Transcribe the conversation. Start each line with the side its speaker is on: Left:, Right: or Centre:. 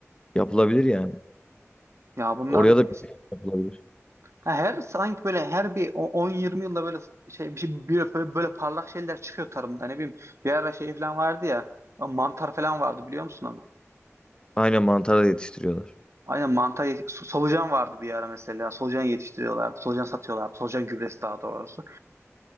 Left: Yapılabilir yani.
Right: Ya bunlar
Left: Oraya da
Right: işte-
Left: bir şey yapılabilir.
Right: ha, her sanki böyle her bir o- 10-20 yılda böyle şey bir şey böyle, böyle, böyle parlak şeyler çıkıyor tarımda. Ne bileyim bir ara şey falan vardı ya mantar falan vardı biliyor musun onu?
Left: Aynen mantara yetiştiriyorlar.
Right: Aynen mantar yet- so- solucan vardı bir ara mesela. Solucan yetiştiriyorlardı. Solucan satıyorlardı. Solucan gübresi daha doğrusu.